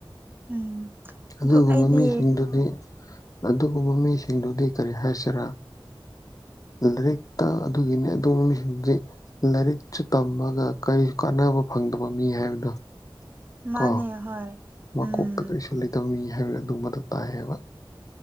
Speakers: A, on the right (about 20°); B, on the left (about 40°).
A: ꯎꯝ
B: ꯑꯗꯨꯒ
A: ꯑꯗꯨ ꯑꯩꯗꯤ
B: ꯃꯃꯤꯁꯤꯡꯗꯨꯗꯤ ꯑꯗꯨꯒꯨꯝꯕ ꯃꯤꯁꯤꯡꯗꯨꯗꯤ ꯀꯔꯤ ꯍꯥꯏꯁꯤꯔꯥ ꯂꯥꯏꯔꯤꯛꯇ ꯑꯗꯨꯒꯤꯅꯤ ꯑꯗꯨꯒꯨꯝ ꯃꯤꯁꯤꯡꯗꯤ ꯂꯥꯏꯔꯤꯛꯁꯨ ꯇꯝꯃꯒ ꯀꯔꯤ ꯀꯥꯟꯅꯕ ꯐꯪꯗꯕ ꯃꯤ ꯍꯥꯏꯕꯗꯣ
A: ꯃꯥꯅꯦ
B: ꯀꯣ
A: ꯍꯣꯏ
B: ꯃꯀꯣꯛꯇ
A: ꯎꯝ
B: ꯀꯔꯤꯁꯨ ꯂꯩꯇꯕ ꯃꯤ ꯍꯥꯏꯕ ꯑꯗꯨ ꯃꯗꯨ ꯇꯥꯏ ꯍꯥꯏꯕ